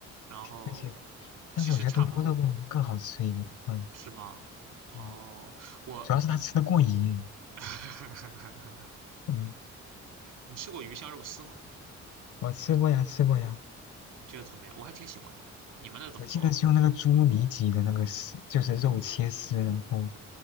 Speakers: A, on the right (about 80°); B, on the left (about 80°).
A: 然后其实差不多，
B: 而且，但是我觉得东坡肉更更好吃一点。嗯，
A: 是吗？哦，
B: 嗯
A: 我你
B: 主要是它吃的过瘾。
A: <laughs>
B: 嗯，
A: 你吃过鱼香肉丝吗？
B: 我吃过呀，吃过呀。
A: 你觉得怎么样？我还挺喜欢的哎，你们那怎么做啊
B: 我记得是用那个猪里脊的那个丝，就是肉切丝，然后，